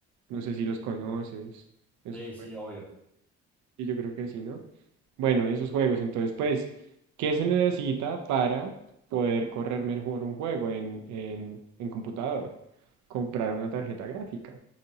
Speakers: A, on the right; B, in the centre.
A: no sé si los conoces, esos
B: Sí, sí,
A: juegos.
B: obvio.
A: Y yo creo que sí, ¿no? Bueno, esos juegos. Entonces, pues, ¿qué se necesita para poder correr mejor un juego en, en, en computador? Comprar una tarjeta gráfica.